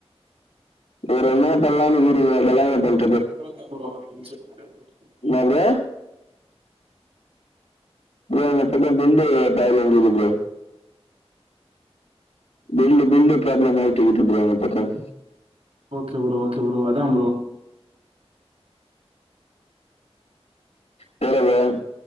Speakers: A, on the left; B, on the right.
A: வேற என்னாப் பண்லானு இகிறிங்க கல்யாணம் பண்
B: <unintelligible>
A: இன்னா ப்ரோ ப்ரோ என்ன கேட்டா பெண்டு பேக்ல விழுது ப்ரோ பெல்லு பெல்லு ப்ராப்ளமாயிட்டு இகுது ப்ரோ இந்த பக்கம்
B: ஓகே ப்ரோ ஓகே ப்ரோ அதாம் ப்ரோ
A: வேறதா